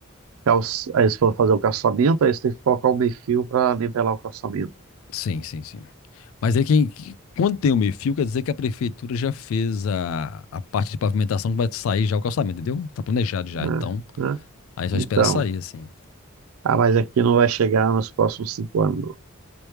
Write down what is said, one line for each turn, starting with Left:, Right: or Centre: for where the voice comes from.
Right: calço Aí eles foram fazer o calçamento, aí eles têm que colocar o meio fio para nivelar o calçamento.
Left: Sim, sim, sim. Mas é quem. que- Quando tem o meio-fio, quer dizer que a prefeitura já fez a, a parte de pavimentação que vai sair já o calçamento, entendeu? Tá planejado já.
Right: né?
Left: Então,
Right: Né?
Left: Aí só
Right: Então,
Left: espera sair, assim.
Right: ah, mas aqui não vai chegar nos próximos cinco anos. não.